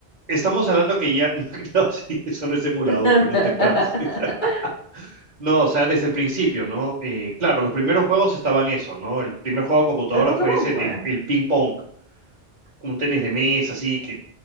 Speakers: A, on the right (about 40°); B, on the left (about 45°).
A: Estamos hablando que ya, <laughs> no, sí, eso no es emulador,
B: <laughs>
A: pues no te pases. <laughs> No, o sea, desde el principio, ¿no? Eh, claro, los primeros juegos estaban eso, ¿no? El primer juego de computadora
B: El Pokémon,
A: fue ese
B: pues.
A: del el ping pong, un tenis de mesa, así que